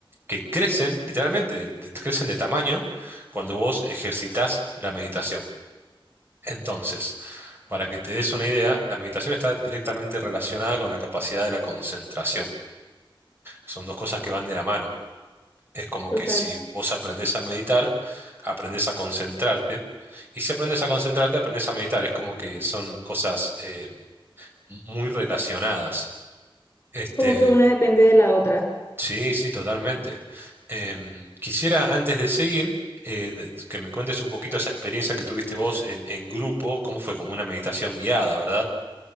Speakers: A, on the right (about 25°); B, on the left (about 25°).
A: que crecen, literalmente, de- crecen de tamaño cuando vos ejercitás la meditación. Entonces, para que te des una idea, la meditación está directamente relacionada con la capacidad de la concentración. Son dos cosas que van de la mano. Es como
B: Total.
A: que si vos aprendés a meditar, aprendés a concentrarte, y si aprendes a concentrarte, aprendes a meditar. Es como que son cosas eh, muy relacionadas. Este,
B: Como que una depende de la otra.
A: sí, sí, totalmente. Em, quisiera, antes de seguir, eh, de- que me cuentes un poquito esa experiencia que tuviste vos en, en grupo, cómo fue como una meditación guiada, ¿verdad?